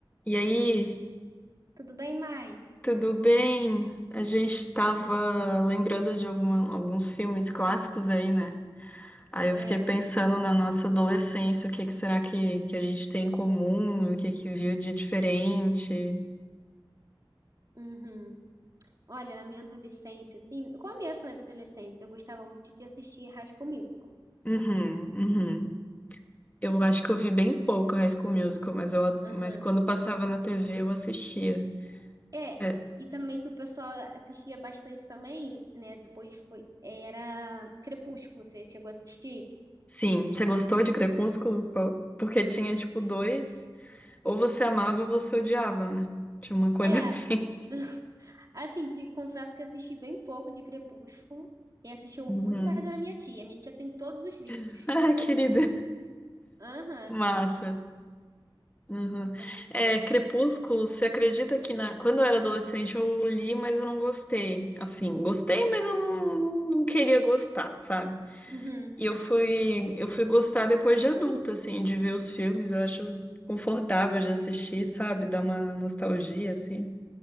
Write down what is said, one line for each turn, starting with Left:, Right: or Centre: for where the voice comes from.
Left: E aí,
Right: Tudo bem, mãe?
Left: tudo bem? A gente tava lembrando de alguma- alguns filmes clássicos aí, né? Aí eu
Right: É,
Left: fiquei pensando na nossa adolescência, o que que será que, que a gente tem em comum, o que que viu de diferente.
Right: uhum. Olha, na minha adolescência, assim, no começo né, da minha adolescência, eu gostava muito de assistir High School Musical.
Left: Uhum, uhum. Eu acho que eu vi bem pouco High School Musical, mas, eu, ad-
Right: Aham.
Left: mas quando passava na TV eu assistia.
Right: É,
Left: É,
Right: e também que o pessoal assistia bastante também, né? Depois foi, era Crepúsculo, você chegou a assistir?
Left: sim, você gostou de Crepúsculo? Qual- Porque tinha, tipo, dois, ou você amava ou você odiava, né? Tinha uma coisa
Right: É,
Left: <laughs> assim.
Right: <laughs> assim, te confesso que assisti bem pouco de Crepúsculo. Quem assistiu
Left: Uhum.
Right: muito mais era minha tia. Minha tia tem todos os livros.
Left: <laughs> Ah, querida.
Right: Aham.
Left: Massa. Uhum.
Right: É-
Left: É,
Right: é-
Left: Crepúsculo, você acredita que na... quando eu era adolescente eu li, mas eu não gostei. Assim, gostei, mas eu não, não, não queria gostar, sabe?
Right: Uhum.
Left: E eu fui, eu fui gostar depois de adulta, assim, de ver os filmes. Eu acho confortável de assistir, sabe? Dá uma nostalgia, assim.